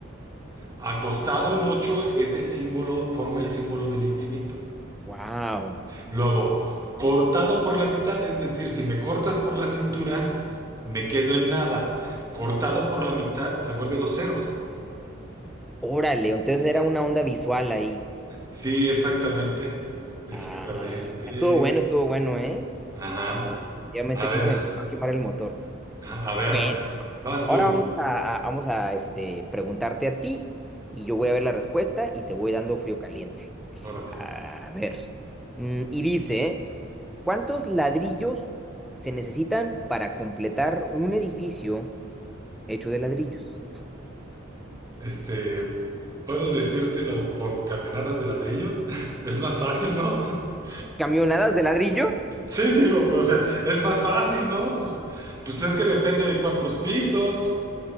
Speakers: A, on the right; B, in the centre.
A: Acostado un 8 es el símbolo, forma el símbolo del infinito.
B: ¡Wow!
A: Luego, cortado por la mitad, es decir, si me cortas por la cintura, me quedo en nada. Cortado por la mitad se vuelve dos ceros.
B: Órale, entonces era una onda visual ahí.
A: Sí, exactamente. Exactamente.
B: Ah, estuvo bueno, estuvo bueno, ¿eh?
A: Ajá.
B: No, definitivamente
A: A ver,
B: sí se me empezó a quemar el motor.
A: ajá, a ver,
B: Bueno.
A: vas
B: Ahora
A: tú.
B: vamos a, a- vamos a este, preguntarte a ti y yo voy a ver la respuesta y te voy dando frío caliente.
A: Órale.
B: A ver. Mm, y dice, ¿cuántos ladrillos se necesitan para completar un edificio hecho de ladrillos?
A: Este, puedo decírtelo por camionadas de ladrillo. <laughs> Es más fácil, ¿no? <laughs>
B: ¿Camionadas de ladrillo?
A: Sí, digo, pues, o sea, es más fácil, ¿no? Pues, pues es que depende de cuántos pisos.